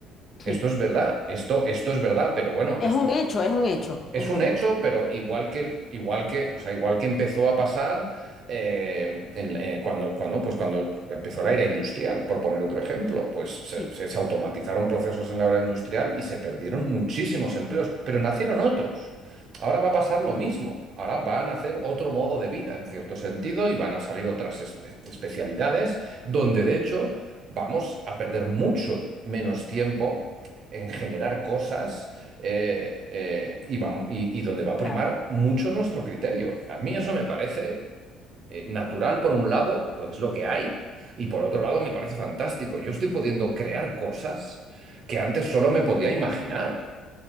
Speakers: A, on the left; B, on the right.
A: sí,
B: Esto es verdad, esto, esto es verdad, pero bueno,
A: es
B: esto
A: un hecho, es un hecho,
B: es
A: es un
B: un hecho,
A: hecho.
B: pero igual que, igual que, o sea, igual que empezó a pasar eh, en- eh, cuando, cuando, pues cuando empezó la era industrial, por poner otro ejemplo, pues se,
A: Sí,
B: se- se automatizaron procesos en la era industrial y se perdieron muchísimos empleos, pero nacieron otros. Ahora va a pasar lo mismo. Ahora van a hacer otro modo de vida, en cierto sentido, y van a salir otras espe- especialidades donde, de hecho, vamos a perder mucho menos tiempo en generar cosas eh, eh, y, vam- y- y donde va a
A: claro.
B: primar mucho nuestro criterio. A mí eso me parece eh, natural por un lado, pues es lo que hay, y por otro lado me parece fantástico. Yo estoy pudiendo crear cosas que antes solo me podía imaginar.